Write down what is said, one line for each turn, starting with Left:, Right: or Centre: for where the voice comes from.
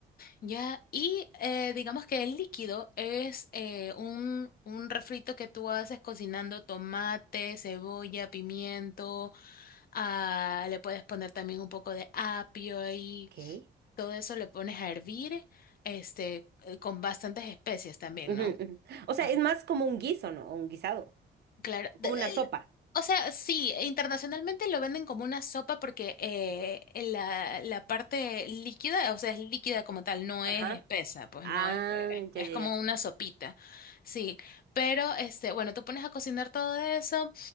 Left: Ya, y eh, digamos que el líquido es eh, un, un refrito que tú haces cocinando tomate, cebolla, pimiento, ah, le puedes poner también un poco de apio ahí,
Right: Ok.
Left: todo eso le pones a hervir, este, eh, con bastantes especias también,
Right: Ujú,
Left: ¿no?
Right: ujú. O sea,
Left: Ah,
Right: es más como un guiso, ¿no? Un guisado,
Left: Claro. de-
Right: como
Left: de-
Right: una sopa.
Left: O sea, sí, internacionalmente lo venden como una sopa porque eh, la, la parte líquida, o sea, es líquida como tal, no
Right: Ajá.
Left: es espesa, pues
Right: Ah,
Left: no es, es,
Right: ya,
Left: es
Right: ya,
Left: como
Right: ya.
Left: una sopita, sí. Pero, este, bueno, tú pones a cocinar todo eso